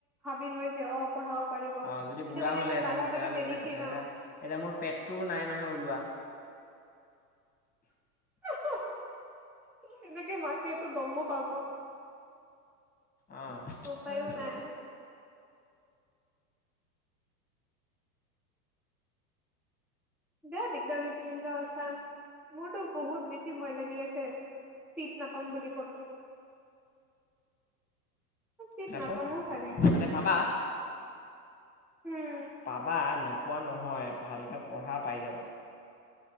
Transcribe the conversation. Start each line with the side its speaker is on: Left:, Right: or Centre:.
Centre: ভাবিল হয় যে অ' পঢ়াব পাৰিব।
Left: অ যদি
Centre: এতিয়া
Left: বুঢ়া
Centre: মানে
Left: হ'লেহেঁতেন
Centre: ইমান ডাঙৰ
Left: তেতিয়াহ'লে
Centre: টাইপৰ নেদেখি
Left: বেলেগ কথা
Centre: ন'
Left: এতিয়া এতিয়া মোৰ পেটটোও নাই নহয় ওলোৱা। <inaudible>
Centre: হঁ - হঁ, অ' সেনেকে মাকে তো গমো পাব।
Left: অ
Centre: উপায়ো
Left: ধেৎ অলপ
Centre: নাই। বেয়া দিগদাৰ দিছে কিন্তু সঁচা। মোৰতো বহুত বেছি ভয় লাগি আছে। চিট নাপাম বুলি ক'তো। চিট
Left: নাপা
Centre: নাপামো চাগে
Left: <inaudible> মানে পাবা
Centre: উম
Left: পাবা, নোপোৱা নহয়। ভালকে পঢ়া, পাই যাবা।